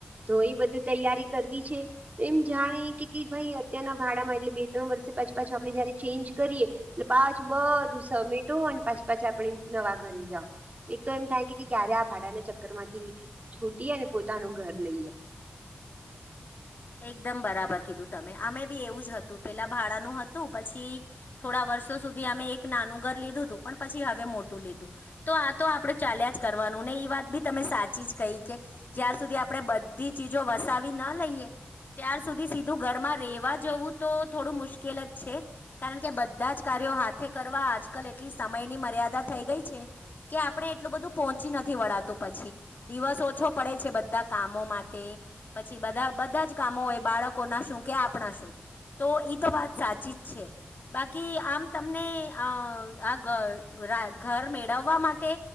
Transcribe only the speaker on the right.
તો એ બધી તૈયારી કરવી છે, તો એમ જાણે કે ભાઈ અત્યારના ભાડા માં એટલે બે ત્રણ વર્ષ પાછ પાછું આપણે જયારે ચેન્જ કરીએ, એટલે પાચું બધું સમેટો પાછ પાછ આપ નવા ઘર. એક તો એમ થાય ક્યારે આ ભાડાના ચક્કર માંથી છૂટીએ, અને પોતાનું ઘર લઈએ.